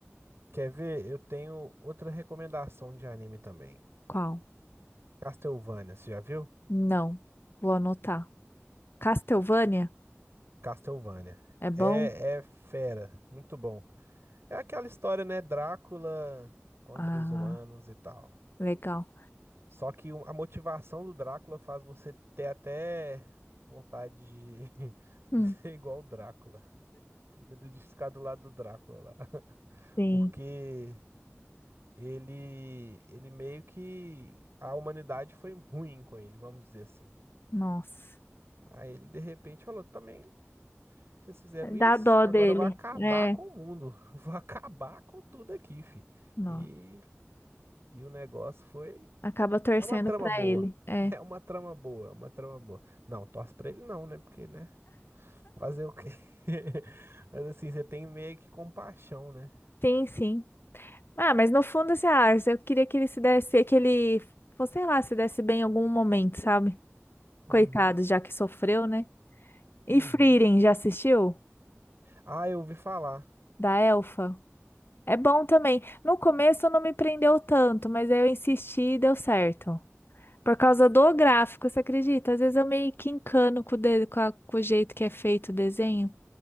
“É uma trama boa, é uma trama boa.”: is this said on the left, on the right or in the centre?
Right